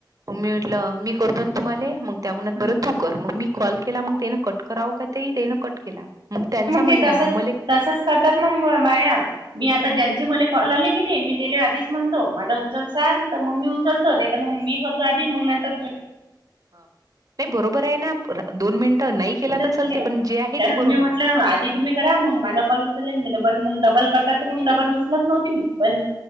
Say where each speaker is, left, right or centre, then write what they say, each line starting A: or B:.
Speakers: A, on the right (about 50°); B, on the right (about 75°).
A: मी म्हटलं मी. करतोल ना तुम्हाले, मग त्या
B: नाही
A: बर तु कर मग मी कॉल केला मग तेन कट करावं, का ते तेन कट केला मग त्यांचा मले
B: ते
A: आला
B: तसच
A: मले.
B: तसच करतात मग बाया, मी आता
A: मग
B: ज्यांची मले. काॅले की नाही मी तेले आधीच म्हणतो, माझा उचलसाल तर मग मी उचलतो नाही तर, मग मी करतो आधी मग नंतर तुम्ही.
A: नाही बरोबर आहे ना, दोन मिनिटं नाही गेला
B: तसच
A: तर चालते
B: केला
A: पण जे आहे
B: कारण
A: ते बरोबर.
B: मी म्हटलं आधी तुम्ही करा मग माझा कॉल उचललेल मी, डबल मग डबल करत तर मग डबल उचलत नव्हती मी पण पण.